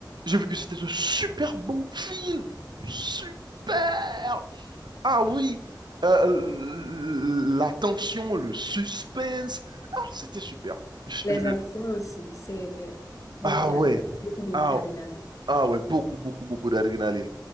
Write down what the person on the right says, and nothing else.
j'ai vu que c'était un super bon film. Super! Ah oui, euh, la tension, le suspense. Ah, c'était super. Je-
je-
ah
ouais,
ah
ah ouais, beaucoup, beaucoup, beaucoup d'adrénaline.